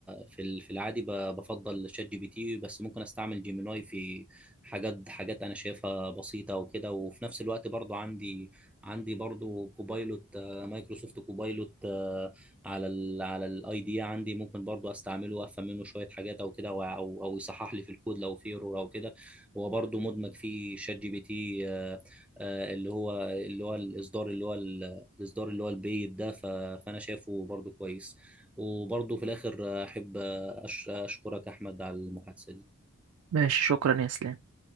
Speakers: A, in the centre; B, on the right.
A: في ال- في العادي ب- بفضل شات جي بي تي بس ممكن استعمل جيميناي في حاجات حاجات انا شايفها بسيطه وكده وفي نفس الوقت برضو عندي عندي برضو كوبايلوت آه، مايكروسوفت كوبايلوت آه، على ال على الاي دي عندي ممكن برضو استعمله وافهم منه شويه حاجات او كده او او أو يصحح لي في الكود لو في ايرور او كده هو برضو مدمج فيه شات جي بي تي آه، آه، اللي هو اللي هو الاصدار اللي هو ال- الاصدار اللي هو البيت ده ف- فانا شايفه برضو كويس وبرضه في الآخر أحب أش- أشكرك أحمد على المحادثة دي
B: ماشي شكرا يا اسلام